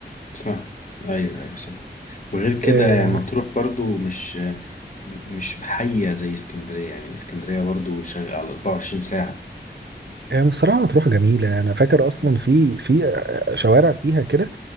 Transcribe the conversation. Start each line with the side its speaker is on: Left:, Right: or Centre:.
Left: صح ايوه ايوه صح وغير كده
Right: آه،
Left: يعني مطروح برضو مش م- مش محية زي اسكندرية يعني اسكندرية برضو شغال على 24 ساعة
Right: هي بصراحة مطروح جميلة أنا فاكر أصلا
Left: مم.
Right: في في شوارع فيها كده